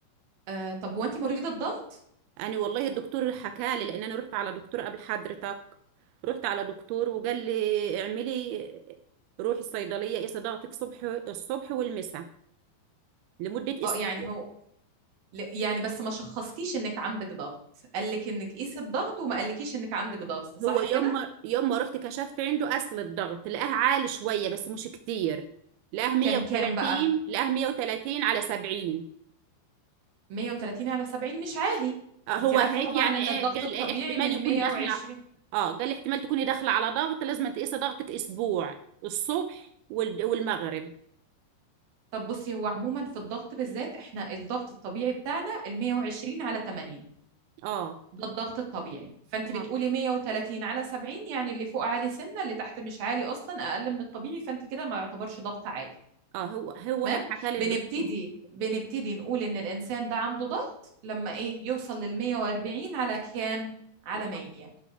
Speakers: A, on the right; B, on the right.
A: آه طب هو انت مريضة ضغط؟
B: انا والله الدكتور حكالي لان انا رحت على دكتور قبل حضرتك رحت على دكتور وقال لي اعملي روحي الصيدليه ايه صداعتك الصبح الصبح والمساء لمده اسبوع
A: اه يعني هو ل- يعني بس ما شخصكيش انك عندك ضغط قالك انك قيسي الضغط وما قالكيش انك عندك ضغط صح
B: هو يوم
A: كده؟
B: ما يوم ما رحت كشفت عنده اصل الضغط لقاه عالي شويه بس مش كتير لقاه 130
A: كان كام بقى؟
B: لقاه 130 على 70
A: 130 على 70 مش عالي
B: آه، هو
A: انت عارفة
B: هيك
A: طبعا
B: يعني
A: ان
B: ايه
A: الضغط
B: قال
A: الطبيعي
B: ايه احتمال
A: من
B: يكون
A: 120
B: داخله اه قال احتمال تكوني داخله على ضغط لازم تقيسي ضغطك اسبوع الصبح وال- والمغرب
A: طب بصي هو عموما في الضغط بالذات احنا الضغط الطبيعي بتاعنا ال 120 على 80
B: اه
A: ده الضغط الطبيعي فانت بتقولي
B: اه
A: 130 على 70 يعني اللي فوق عالي سنه اللي تحت مش عالي اصلا اقل من الطبيعي فانت كده ما يعتبرش ضغط عالي
B: اه هو هو
A: تمام
B: هيك حكى لي
A: بنبتدي
B: الدكتور
A: بنبتدي نقول ان الانسان ده عنده ضغط لما ايه يوصل لل 140 على كام على
B: اه
A: 100